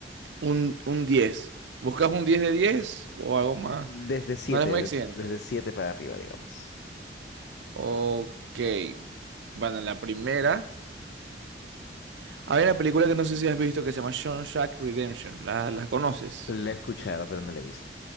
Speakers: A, on the right; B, on the left.
A: Un, un 10. ¿Buscas un 10 de diez o algo más?
B: Desde siete,
A: No eres muy
B: des-
A: exigente.
B: desde siete para arriba, digamos.
A: Ok. Bueno, la primera. Hay una película que no sé si has visto que se llama Shawshank Redemption. ¿La, la conoces?
B: La he escuchado, pero no la he visto.